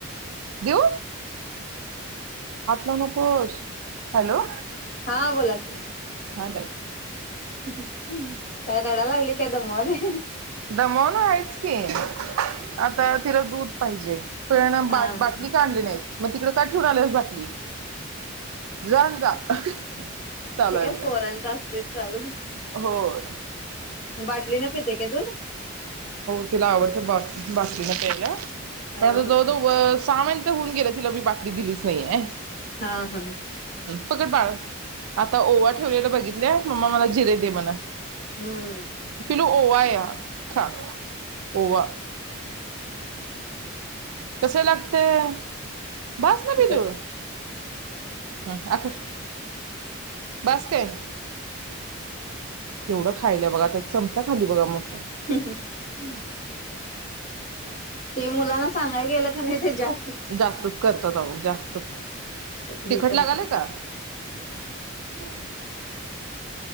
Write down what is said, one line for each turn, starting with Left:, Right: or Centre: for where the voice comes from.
Right: देऊ हात लावू नकोस हॅलो
Left: हा बोला की,
Right: <inaudible>
Left: काय रडायला लागले का काय दमावलय
Right: दमवन आहेच की आता तिला दूध पाहिजे. <unintelligible>
Left: हा
Right: बा
Left: हा
Right: बाटली काढली नाहीस. म तिकडेका ठेवून आल्यास बाटली. जा आण जा <unintelligible> चालू
Left: ते काय
Right: आहे बघा
Left: पोरांच अस ते चालू
Right: होय.
Left: बाटली न पितंय का दूध?
Right: हो तिला आवडतं बा बाटलीन प्यायला. <unintelligible>
Left: हा हा
Right: सहा महिन होऊन गेलं तिला मी बाटली दिलीच नाहीये हायन
Left: हा हा
Right: पकड बाळ आता ओवा ठेवलेल बघितले मम्मा मला जिरे दे म्हण
Left: हम्म
Right: पिल्लू ओवाय. <inaudible> ओवा. कस लागतेय? बास ना
Left: तिकट
Right: पिल्लू, हम आ कर, बास काय. तेवढं खायल्या बघा. आता एक चमचा खाल्ली बघा मग.
Left: <unintelligible> ते मुलांना सांगाय गेलं का नाही ते जास्त
Right: जास्तच करतात, आहो जास्तच.
Left: हे
Right: तिखट
Left: करत
Right: लागालय
Left: नाही.
Right: का? <unintelligible>